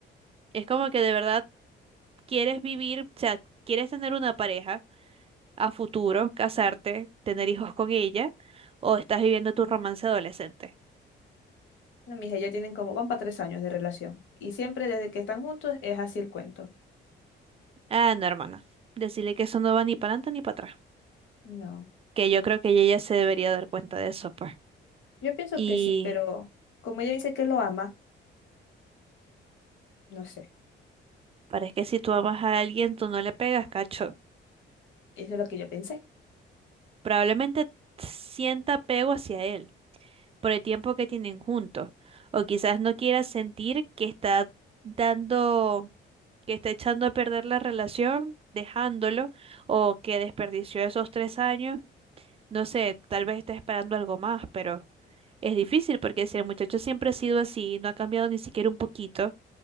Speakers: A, on the right (about 30°); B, on the left (about 75°).
A: Es como que de verdad quieres vivir, o sea, quieres tener una pareja a futuro, casarte, tener hijos con ella, o estás viviendo tu romance adolescente.
B: No, mija, ya tienen como, van para tres años de relación. Y siempre desde que están juntos es así el cuento.
A: Ah, no, hermana, decirle que eso no va ni para adelante ni para atrás.
B: No.
A: que yo creo que ella ya se debería dar cuenta de eso, pues.
B: Yo pienso
A: Y
B: que sí, pero como ella dice que lo ama, no sé.
A: parece que si tú amas a alguien, tú no le pegas, cacho.
B: Eso es lo que yo pensé.
A: Probablemente sienta apego hacia él por el tiempo que tienen juntos. O quizás no quiera sentir que está dando, que está echando a perder la relación, dejándolo, o que desperdició esos tres años. No sé, tal vez está esperando algo más, pero es difícil porque si el muchacho siempre ha sido así, no ha cambiado ni siquiera un poquito,